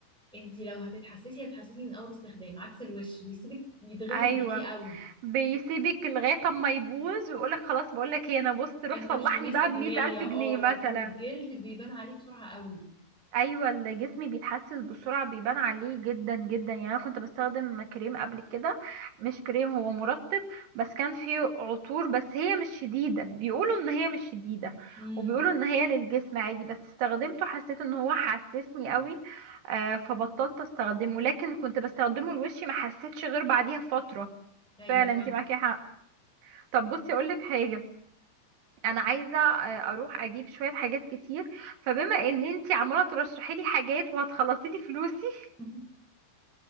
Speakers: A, in the centre; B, on the right.
A: انت لو هتتحسسي هتتحسسي من اول استخدام عكس الوش بيسيبك يتغدر
B: ايوه
A: بيكي قوي
B: بيسيبك لغايه اما يبوظ ويقولك خلاص بقولك ايه انا بص روح
A: انت
B: صلحني
A: مش مناسب
B: بقى بمية
A: ليا
B: الف جنيه
A: اه لكن
B: مثلا
A: الجلد بيبان عليه بسرعه قوي
B: ايوه الجسم بيتحسس بسرعه بيبان عليه جدا جدا يعني انا كنت بستخدم كريم قبل كده مش كريم هو مرطب بس كان فيه عطور بس هي مش شديده بيقولوا ان هي مش شديده
A: امم
B: وبيقولوا ان هي للجسم عادي بس استخدمته حسيت ان هو حسسني قوي آه فبطلت استخدمه لكن كنت بستخدمه لوشي ما حسيتش غير بعديها فتره
A: ايوه
B: فعلا
A: فاهم
B: انت معاكي حق طب بصي اقولك حاجه انا عايزه آه، اروح اجيب شويه حاجات كتير فبما ان انتي عماله ترشحي لي حاجات وهتخلصي لي فلوسي <laughs>
A: <laughs>